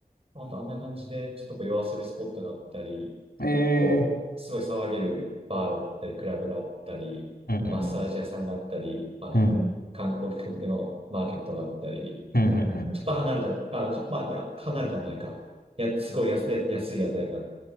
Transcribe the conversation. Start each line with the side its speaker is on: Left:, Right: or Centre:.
Right: あとあんな感じで、ちょっとこう夜遊びスポットがあったり、
Left: ええ
Right: こう、すごい騒げるバーだったり、クラブがあったり、
Left: ー、うん、
Right: マッサージ屋さんがあったり、
Left: うん、
Right: まあ、
Left: うん。
Right: 観光客向けのマーケットがあったり、
Left: うん、うん、うん、
Right: ちょっと離れた、あ、かまあ、いや、離れたもないか。いや、すごい安い、安い屋台があっ